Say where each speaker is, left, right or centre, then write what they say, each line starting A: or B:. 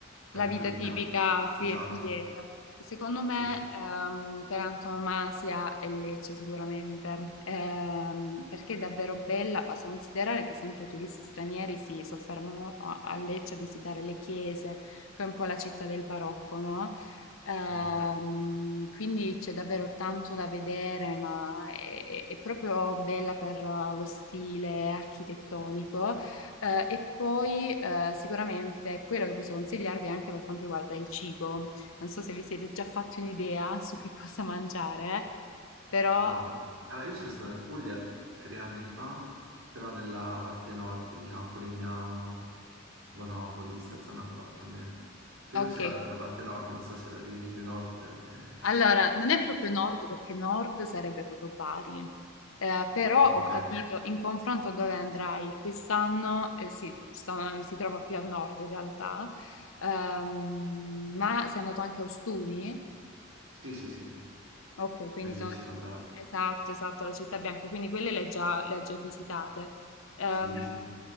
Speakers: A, on the right; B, on the left.
A: tranquillità.
B: La vita tipica, sì,
A: Esatto,
B: è pugliese. Secondo me,
A: sì, sì.
B: ehm, per antonomasia è Lecce sicuramente, ehm, perché è davvero bella. Basta considerare che sempre i turisti stranieri si soffermano a, a Lecce a visitare le chiese, poi è un po' la città del barocco, no? Ehm,
A: Mm.
B: quindi c'è davvero tanto da vedere, ma è, è- è proprio bella per eh, lo stile architettonico. Eh, e poi eh, sicuramente quello che posso consigliarvi è anche per quanto riguarda il cibo. Non so se vi siete già fatti un'idea su che cosa mangiare, però
A: No, allora io sono stato in Puglia tre anni fa, però nella parte nord, diciamo, a Polignano, Monopoli, sta zona qua più o meno. Credo
B: ok.
A: sia la, la parte nord, non so se la divinity nord. <laughs>
B: Allora, non è proprio nord perché nord sarebbe proprio Bari. Eh, però
A: Ah, ok.
B: ho Ok. capito in confronto dove andrai quest'anno, eh, sì, sto- si trova più a nord in realtà, Ehm, ma sei andato anche a Ostuni?
A: Sì, sì, sì,
B: Ok, quindi
A: bellissima
B: sono già...
A: tra l'altro.
B: Esatto, esatto, la città bianca, quindi quelle le hai già, le hai già visitate. Ehm,
A: Sì, sì.